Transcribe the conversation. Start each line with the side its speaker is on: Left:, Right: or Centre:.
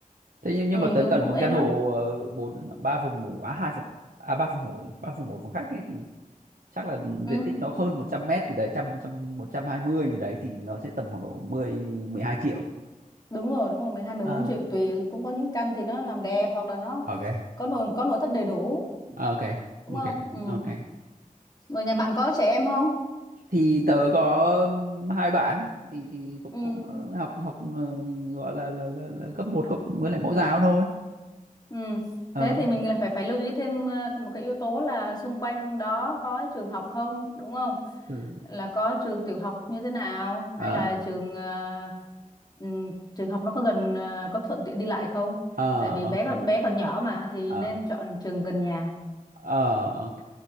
Right: thế nhưng, nhưng
Left: ừ,
Right: mà tớ
Left: thì cũng
Right: cần
Left: cũng
Right: một
Left: êm
Right: căn hộ
Left: lắm
Right: ờ, bốn ba phòng ngủ à hai phòng à ba phòng ngủ nhỉ, ba phòng ngủ phòng khách ấy thì chắc là
Left: ừ,
Right: diện tích nó hơn 100 mét thì đấy trăm trăm một trăm hai mươi gì đấy thì nó sẽ tầm khoảng độ mười mười hai triệu
Left: đúng rồi đúng rồi mười hai, mười
Right: à
Left: bốn triệu tùy cũng có những căn thì nó làm đẹp hoặc là nó
Right: ok
Left: có nội có nội thất đầy đủ
Right: ok
Left: đúng
Right: ok
Left: không ừ.
Right: ok
Left: rồi nhà bạn có trẻ em không
Right: thì tớ có um, hai bạn thì thì cũng
Left: ừ.
Right: cũng ờ, học học ờ, gọi là là, là, là cấp một cấp với lại mẫu giáo thôi
Left: Ừ.
Right: ờ
Left: Thế thì mình lại phải phải lưu ý thêm ờ, một cái yếu tố là xung quanh đó có trường học không, đúng không?
Right: ừ.
Left: Là có trường tiểu học như thế nào
Right: ờ
Left: hay là trường ờ, ừm, trường học nó có gần ờ, có thuận tiện đi lại không?
Right: ờ
Left: Tại vì
Right: ok
Left: bé còn bé còn nhỏ mà thì
Right: ờ
Left: nên chọn trường gần nhà.
Right: ờ ok